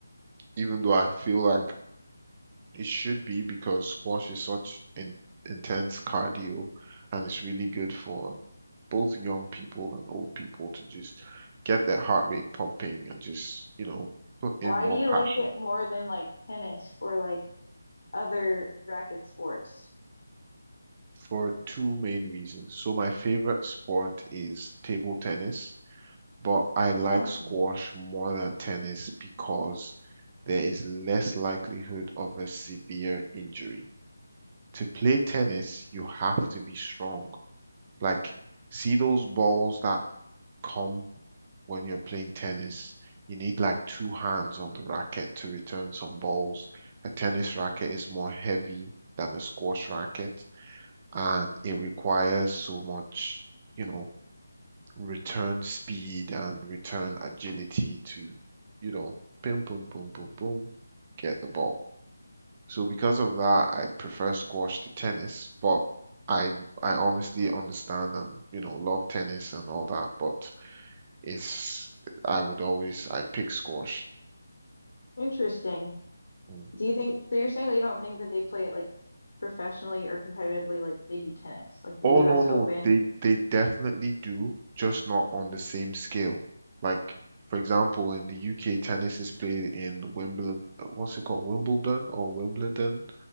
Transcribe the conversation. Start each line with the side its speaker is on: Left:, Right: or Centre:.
Right: even though I feel like It should be because squash is such in, intense cardio and it's really good for both young people and old people to just get their heart rate pumping and just, you know, put in
Left: Why
Right: more
Left: do you
Right: passion
Left: like it more than like tennis or like other racket sports?
Right: for two main reasons. So my favorite sport is table tennis, but I like
Left: Hmm.
Right: squash more than tennis because there is less likelihood of a severe injury. To play tennis, you have to be strong Like, see those balls that come when you're playing tennis? You need like two hands on the racket to return some balls. A tennis racket is more heavy than a squash racket, and it requires so much, you know, return speed and return agility to, you know, boom, boom, boom, boom, boom, get the ball. So because of that, I prefer squash to tennis, but I I honestly understand and you know love tennis and all that, but it's I would always I pick squash.
Left: Interesting.
Right: Mm.
Left: Do you think so you're saying that you don't think that they play it like professionally or competitively like they do tennis, like the
Right: Oh
Left: US
Right: no no,
Left: Open?
Right: they they definitely do, just not on the same scale. Like for example, in the UK, tennis is played in Wimbledon. What's it called? Wimbledon or Wimbledon?